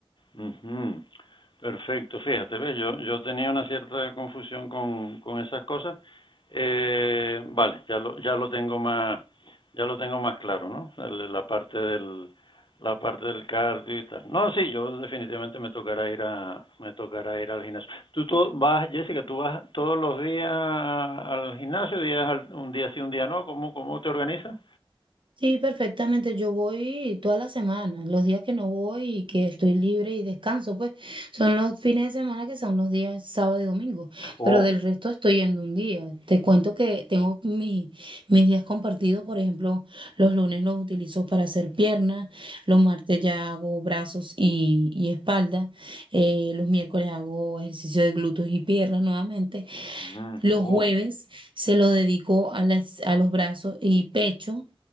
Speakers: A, on the left (about 55°); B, on the right (about 60°).
A: Uh -huh. Perfecto, fíjate, ¿ves? Yo, yo tenía una cierta confusión con, con esas cosas. Eh, vale, ya lo, ya lo tengo más, ya lo tengo más claro, ¿no? El- La parte del, la parte del cardio y tal. No, sí, yo definitivamente me tocará ir a, me tocará ir al gimnasio. Tú to- vas, Jessica, tú vas todos los días al gimnasio, días al- un día sí, un día no. ¿Cómo, cómo te organizas?
B: Sí, perfectamente. Yo voy todas las semanas. Los días que no voy y que estoy libre y descanso, pues son los fines de semana que son los días sábado y domingo.
A: Oh,
B: Pero del resto estoy yendo un día. Te cuento que tengo mi- mis días compartidos. Por ejemplo, los lunes los utilizo para hacer piernas, los martes ya hago brazos y, y espalda, eh, los miércoles hago ejercicio de glúteos y piernas nuevamente
A: mm,
B: los
A: oh.
B: jueves se lo dedico a, las- a los brazos y pecho.